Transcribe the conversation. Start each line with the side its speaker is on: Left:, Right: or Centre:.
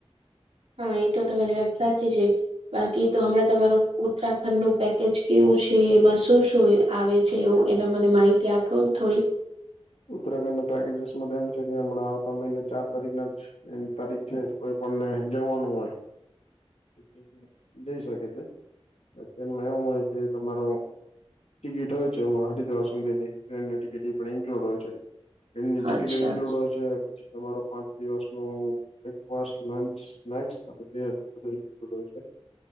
Right: હા, એ તો તમારી વાત સાચી છે. બાકી તો હમણાં તમારું ઉત્તરાખંડનું પેકેજ કેવું છે, એમાં શું શું હોય? આવે છે એવું એને મને માહિતી આપોને થોડીક
Left: ઉત્તરાખંડના પેકેજસ એમ છે કે હમણાં આવતા મહિને ચાર તારીખના જ એની તારીખ છેજ કોઈ પણને જવાનું હોય. જ જ જઈ શકે છે અત્યારમાં એવું હોય કે તમારો ટિકિટ હોય છે એ હરિદ્વાર સુધીની ટ્રેનની ટિકિટ ઈ પણ ઇન્ક્લુડ હોય છે ટ્રેનની ટિકિટય
Right: અચ્છા
Left: ઇન્ક્લુડ હોય છે. તમારો પાંચ દિવસનું બ્રેકફાસ્ટ, લંચ સ્નેક્સ અને બેડ બધું ઇન્ક્લુડ હોય છે.